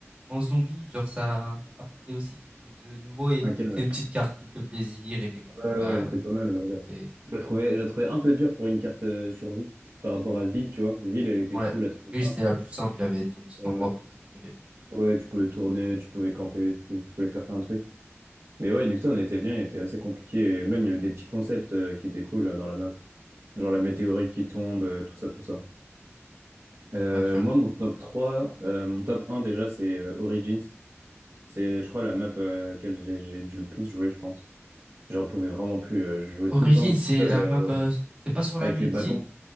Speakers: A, on the right (about 25°); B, on the right (about 65°).
A: en zombie, genre ça apportait aussi quelque chose de nouveau et
B: Ok, ouais.
A: c'est une petite carte qui fait plaisir et t'es content
B: Ouais,
A: de
B: ouais,
A: la,
B: elle
A: de
B: était pas mal, la
A: la
B: verdade.
A: penser et tout.
B: Je la trouvais, je la trouvais un peu dure pour une carte euh, survie par
A: Mm.
B: rapport à Ville, tu vois. Ville, elle était,
A: Ouais,
B: je trouve, la trouvais
A: oui,
B: simple.
A: c'était la plus simple, il y avait ton petit
B: Ouais,
A: endroit
B: ouais.
A: pour te pondre et tout.
B: Ouais, tu pouvais tourner, tu pouvais camper, tu, tu pouvais faire plein de trucs. Mais ouais, Nocturne elle était bien, il était assez compliqué. Et même, il y avait des petits concepts euh, qui étaient cool là, dans la map. Genre la météorite qui tombe, euh, tout ça, tout ça. Euh,
A: Ouais, j'avoue.
B: moi, mon top trois euh, mon top un déjà, c'est euh, Origins. C'est, je crois, la map euh, à laquelle j'ai j'ai dû le plus jouer, je pense. J'en pouvais vraiment plus. euh, je jouais
A: origin
B: tout le temps tout
A: c'est
B: seul,
A: la
B: euh,
A: map,
B: ouais,
A: euh, c'est pas sur la
B: avec
A: Lune,
B: les bâtons.
A: si?